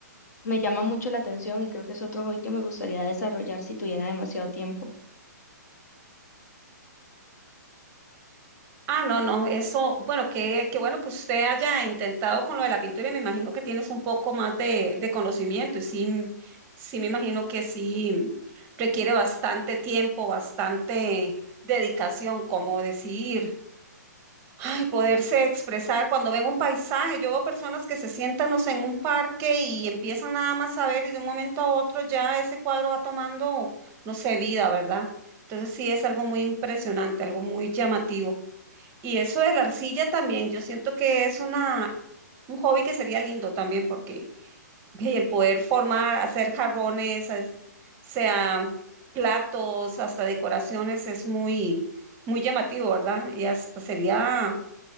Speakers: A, on the left (about 65°); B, on the right (about 25°).
A: me llama mucho la atención y creo que es otro hobby que me gustaría desarrollar si tuviera demasiado tiempo.
B: Ah, no, no, eso, bueno, qué, qué bueno que usted haya intentado con lo de la pintura y me imagino que tienes un poco más de, de conocimiento y sí, m- sí me imagino que sí requiere bastante tiempo, bastante dedicación, como decir, ay, poderse expresar cuando ven un paisaje. Yo veo personas que se sientan, no sé, en un parque y empiezan nada más a ver y de un momento a otro ya ese cuadro va tomando, no sé, vida, ¿verdad? Entonces sí es algo muy impresionante, algo muy llamativo. Y eso de la arcilla también, yo siento que es una, un hobby que sería lindo también porque ve, el poder formar, hacer jarrones, as- sea platos, hasta decoraciones, es muy, muy llamativo, ¿verdad? Y hasta sería